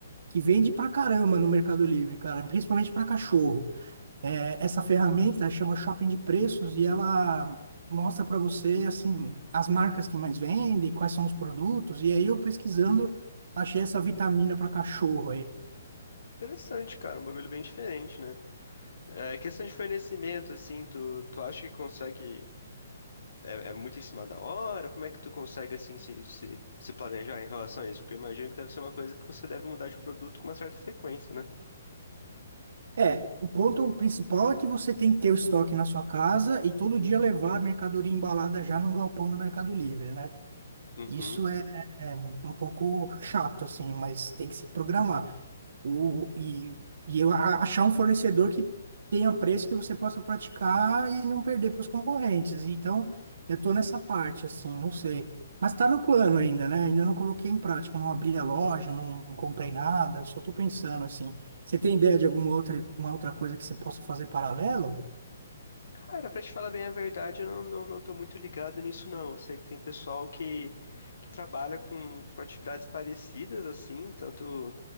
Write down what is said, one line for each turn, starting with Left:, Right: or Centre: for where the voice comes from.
Right: que vende pra caramba no Mercado Livre, cara, principalmente para cachorro. É, essa ferramenta chama Shopping de Preços e ela mostra para você assim as marcas que mais vendem, quais são os produtos. E aí eu pesquisando achei essa vitamina para cachorro aí.
Left: Interessante, cara, um bagulho bem diferente, né? É, questão de fornecimento, assim, tu, tu acha que consegue. É, é muito em cima da hora? Como é que tu consegue, assim, se, se, se planejar em relação a isso? Porque eu imagino que deve ser uma coisa que você deve mudar de produto com uma certa frequência, né?
Right: É, o ponto principal é que você tem que ter o estoque na sua casa e todo dia levar a mercadoria embalada já no galpão do Mercado Livre, né?
Left: Uhum.
Right: Isso é, é um pouco chato assim, mas tem que se programar. O, e, e eu a- achar um fornecedor que tenha preço que você possa praticar e não perder para os concorrentes. Então, eu estou nessa parte, assim, não sei. Mas está no plano ainda, né? Ainda não coloquei em prática, não abri a loja, não comprei nada, só estou pensando, assim. Você tem ideia de alguma outra, uma outra coisa que você possa fazer paralelo?
Left: Cara, pra te falar bem a verdade, eu não, não, não tô muito ligado nisso, não. Eu sei que tem pessoal que, que trabalha com, com atividades parecidas, assim, tanto